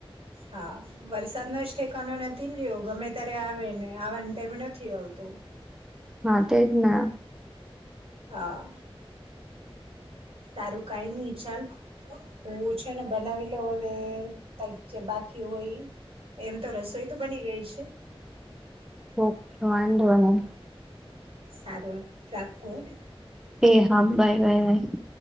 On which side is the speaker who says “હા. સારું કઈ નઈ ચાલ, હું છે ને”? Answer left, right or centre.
Right